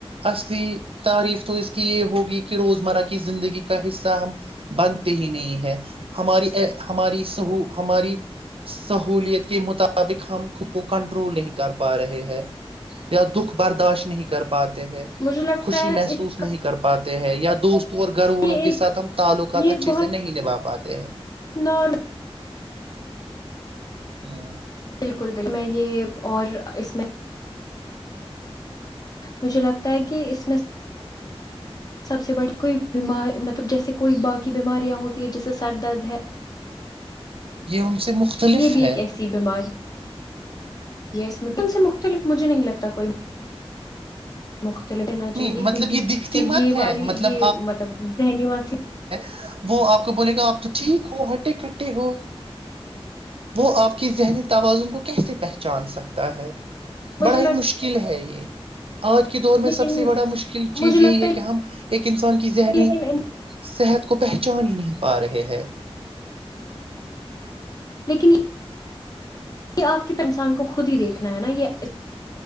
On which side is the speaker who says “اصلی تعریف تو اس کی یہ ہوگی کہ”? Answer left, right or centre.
Right